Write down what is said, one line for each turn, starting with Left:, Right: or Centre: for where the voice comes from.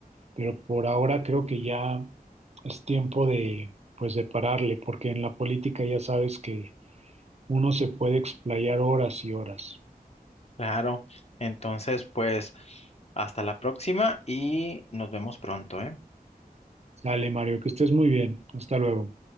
Right: pero por ahora creo que ya es tiempo de, pues, de pararle, porque en la política ya sabes que uno se puede explayar horas y horas.
Left: Claro. Entonces, pues, hasta la próxima y nos vemos pronto, ¿eh?
Right: Dale, Mario, que estés muy bien. Hasta luego.